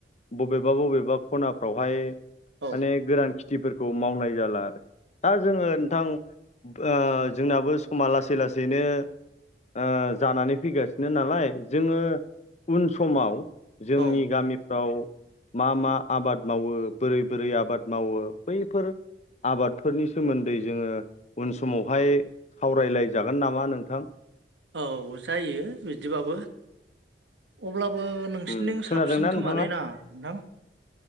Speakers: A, on the left; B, on the right.
A: बबेबा बबेबा खनाफ्रावहाय
B: औ
A: माने गोरान खेथिफोरखौ मावनाय जाला आरो। दा जोङो नोंथां ओ जोंनाबो समा लासै लासैनो ओ जानानै फैगासिनो नालाय जोङो उन समाव जोंनि
B: औ
A: गामिफ्राव मा मा आबाद मावो बोरै बोरै आबाद मावो बैफोर आबादफोरनि सोमोन्दै जोङो उन समावहाय सावरायलायजागोन नामा नोंथां?
B: औ जायो बिदिबाबो अब्ला बो नोंसिनथिं
A: उम खोनादोंना
B: साबसिन खोमालै
A: नोंथाङा?
B: ना नोंथां?